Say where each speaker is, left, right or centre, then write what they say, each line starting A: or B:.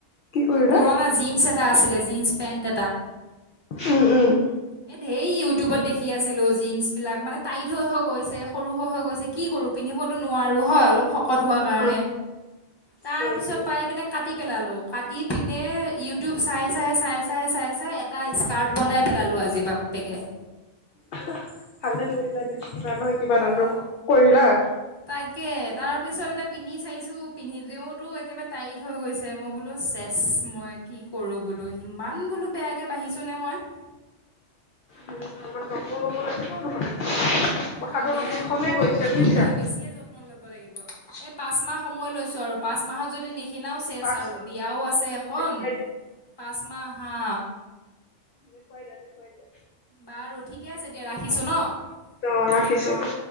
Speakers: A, on the left; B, on the left.
A: কি কৰিলা?
B: মোৰ পুৰণা জিনচ এটা- এ আছিলে জিনচ পেন্ট এটা।
A: উম উম।
B: এ ধেৰ ইউটিউবত দেখি আছিলো জীন্চ বিলাক মানে টাইত হৈ হৈ গৈছে । সৰু হৈ হৈ গৈছে কি কৰোঁ পিন্ধিবতো নোৱাৰো হয় অলপ শকত হোৱা ৰ কাৰণে,
A: হয়
B: তাৰপিছত
A: হয় হয়
B: পাইপিনে কাটি কাটি পেলালো, কাটি পিনে ইউটিউব চাই চাই চাই চাই চাই চাই এটা স্কাৰ্ট বনাই পেলালো । আজি বাপেকে ।
A: ভালে কৰিলা জাষ্ট কিবা নহয় কিবা
B: অঁ
A: এটা কৰিলা ।
B: তাকে, তাৰ পিছত এতিয়া পিন্ধি চাইছো পিন্ধিতেওতো একেবাৰে টাইট হৈ গৈছে মই বোলো - ইয়েছ মই কি কৰো ইমান বোলো বেয়াকে বাঢ়িছো নে মই ।
A: উম অকমান তপ লাগিব নহলে
B: উম
A: কথাটো
B: বেয়া
A: অলপ বিষমে
B: অকমান
A: গৈছে বুজিছা।
B: নহয় বেছিয়ে যত্ন ল'ব লাগিব এই পাঁচ মাহ সময় লৈছো আৰু পাঁচ মাহৰ যদি নিখিনাও চেচ
A: পাঁচ
B: আৰু বিয়াও আছে এখন
A: দেখুৱাই দিয়া
B: পাচঁ মাহ হা
A: দেখুৱাই দিয়া দেখুৱাই দিয়া
B: বাৰু ঠিকে আছে। এতিয়া ৰাখিছো ন
A: অ ৰাখিছো দিয়া।